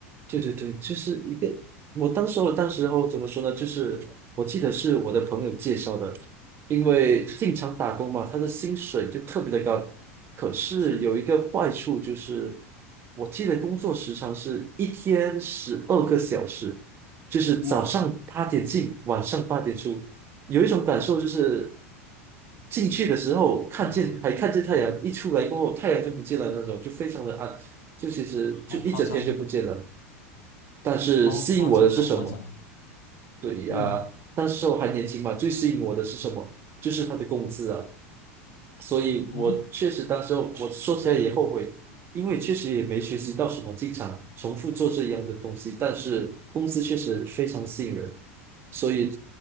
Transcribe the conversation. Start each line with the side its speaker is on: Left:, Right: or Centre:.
Right: 对对对，就是一个我当时候当时候怎么说呢？就是我记得是我的朋友介绍的，因为进厂打工嘛，
Left: 嗯，
Right: 他的薪水就特别的高。可是有一个坏处就是，
Left: 是，
Right: 我记得工作时长是一天十二个小时，就是早上八点进，
Left: 哇
Right: 晚上八点出。有一种感受就是，进去的时候看见还看见太阳，
Left: 哇，
Right: 一出来过后太阳就不见了那种，就非常的暗，就其实就一整天就不见了。
Left: 好夸张，
Right: 但是吸引我的是什么？
Left: 好夸张，好夸张，
Right: 对呀、
Left: 嗯。
Right: 那时候还年轻嘛，最吸引我的是什么？就是他的工资啊。所以我确实当时候我说起来也后悔，
Left: 哦，
Right: 因为确实也没学习到什么，经常重复做这样的东西，但是工资确实非常吸引人，所以